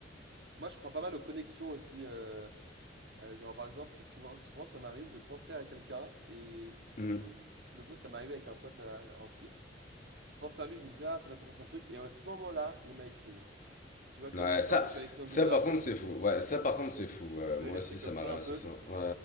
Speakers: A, on the right; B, on the left.
A: Moi, je crois pas mal aux connexions aussi. euh, euh, genre, par exemple, souvent, souvent, ça m'arrive de penser à quelqu'un. Et
B: Mhm.
A: l'autre jour, ça m'est arrivé avec un pote à- en Suisse. Je pensais à lui, je me disais, ah, faudrait qu'on fasse un truc. Et à ce moment-là, il m'a écrit, genre. Tu vois, comme
B: Ouais,
A: des sortes
B: ça,
A: de connexions
B: ça
A: bizarres.
B: par contre c'est fou. Ouais, ça par contre c'est fou. Euh,
A: T'as
B: moi
A: eu des
B: aussi
A: trucs
B: ça
A: comme ça
B: m'a révélé
A: un peu?
B: ça. Ouais,